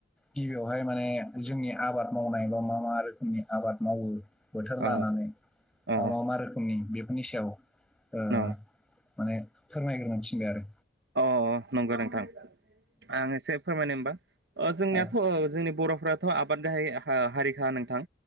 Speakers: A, in the centre; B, on the right.
A: गिबियावहाय माने जोंनि आबाद मावनाय बा मा मा रोखोमनि आबाद मावो बोथोर लानानै
B: अ अ
A: बा मा मा रोखोमनि बेफोरनि सायाव ओ
B: न
A: माने फोरमायग्रोनो थिनबाय आरो
B: अ नंगौ नोंथां आं एसे फोरमायनो होमबा ओ जोंनियाथ'
A: औ
B: जोंनि बर'फ्राथ' आबाद गाहाय हारि खा‌ नोंथां